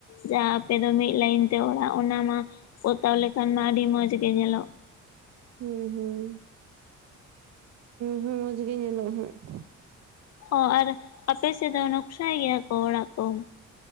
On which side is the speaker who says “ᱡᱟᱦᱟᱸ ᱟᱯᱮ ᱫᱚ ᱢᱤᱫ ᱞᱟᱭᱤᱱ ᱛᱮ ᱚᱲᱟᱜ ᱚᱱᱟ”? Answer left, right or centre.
Left